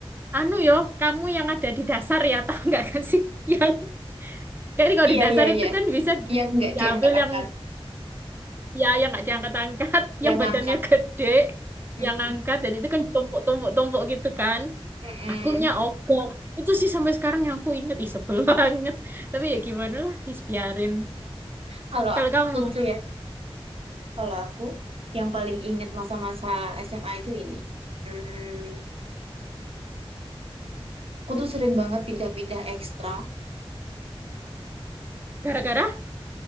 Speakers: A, on the right (about 20°); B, on the right (about 70°).
A: anu yo, kamu yang ada di dasar ya, tahu nggak kan sih? <laughs> Yang kan kalau
B: iya
A: di dasar
B: iya
A: itu
B: iya
A: kan bisa di-
B: yang nggak
A: diambil
B: diangkat-angkat
A: yang ya yang nggak diangkat-angkat, <laughs>
B: yang
A: yang
B: ngangkat
A: badannya gede,
B: Mm-mm.
A: yang angkat dan itu kan ditumpuk-tumpuk-tumpuk gitu kan.
B: Mm-mm.
A: Akunya oke. Itu sih sampai sekarang yang aku inget, ih sebel <laughs> banget. Tapi ya gimana lah, wis biarin.
B: Kalau
A: Kalau kamu
B: aku tuh ya, Kalau aku yang paling ingat masa-masa SMA itu ini. Hmm, aku tuh sering banget pindah-pindah ekstra.
A: gara-gara